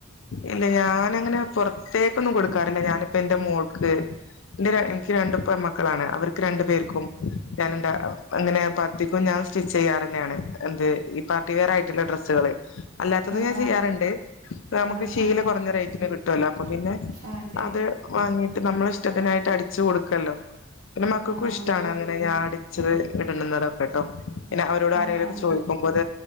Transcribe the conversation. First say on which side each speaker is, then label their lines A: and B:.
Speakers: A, on the left; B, on the right.
A: ഇല്ല. ഞാനങ്ങനെ പുറത്തേക്കൊന്നും കൊടുക്കാറില്ല ഞാനിപ്പ എന്റെ മോൾക്ക് എന്റെ ര എനിക്ക് രണ്ടുപെൺ മക്കളാണ്. അവർക്ക് രണ്ടു പേർക്കും, ഞാന എന്ത അങ്ങനെ തത്തിക്കും ഞാൻ സ്റ്റിച്ച് ചെയ്യാറ ന്നെയാണ്, എന്ത് ഈ പാർട്ടി വെയർ ആയിട്ടുള്ള ഡ്രസ്സുകള്. അല്ലാത്തതും
B: ആഹ്
A: ഞാൻ
B: ആഹ്
A: ചെയ്യാറുണ്ട് നമുക്ക്
B: ആഹ്
A: ശീല
B: ആഹ്
A: കുറഞ്ഞ റേറ്റിന് കിട്ടുവല്ലോ അപ്പൊ പിന്നെ
B: ആഹ് അതെ
A: അത് വാങ്ങിട്ട് നമ്മള ഇഷ്ടത്തിനായിട്ട് അടിച്ചു കൊടുക്കല്ലോ പിന്നെ മക്കൾക്കും
B: ആഹ് ആഹ്
A: ഇഷ്ടമാണ് അങ്ങനെ ഞാൻ അടിച്ചത് ഇടുന്നതൊക്കെട്ടോ. പിന്നെ അവരോട്
B: ആഹ്
A: ആരെങ്കിലുംക്കെ
B: ആഹ്
A: ചോ മ്പോത്